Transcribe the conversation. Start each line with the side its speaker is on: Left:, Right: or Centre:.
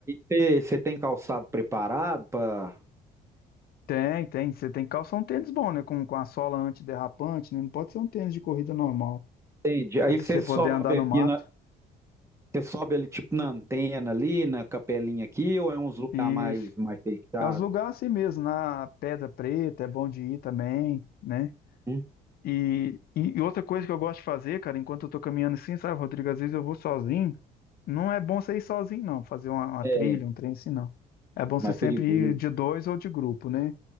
Right: Você você tem calçado preparado para,
Left: Tem, tem. Você tem que calçar um tênis bom, né? Com, com a sola antiderrapante, né? Não pode ser um tênis de corrida normal.
Right: entende? Aí
Left: É pra
Right: você
Left: você
Right: sobe
Left: poder andar no
Right: aqui
Left: mato.
Right: na, você sobe ali tipo na antena ali, na capelinha aqui, ou é uns lugar
Left: Isso.
Right: mais mais fechado?
Left: É uns lugares assim mesmo, na Pedra Preta, é bom de ir também, né?
Right: Hum?
Left: E, e, e outra coisa que eu gosto de fazer, cara, enquanto eu tô caminhando assim, sabe, Rodrigo, às vezes eu vou sozinho. Não é bom você ir sozinho, não, fazer uma, uma
Right: É,
Left: trilha, um trem assim, não. É bom
Right: mais
Left: você sempre
Right: perigoso.
Left: ir de dois ou de grupo, né?